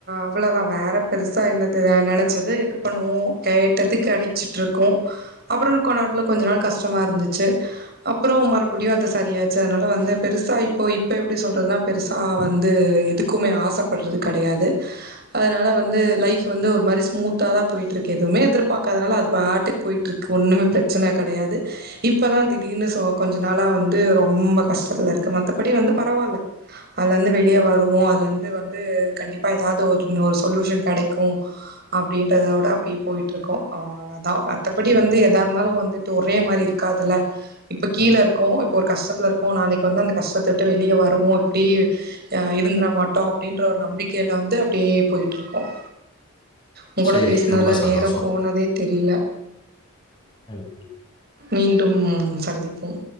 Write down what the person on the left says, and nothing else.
சரி
ரொம்ப சந்தோஷம்
<unintelligible>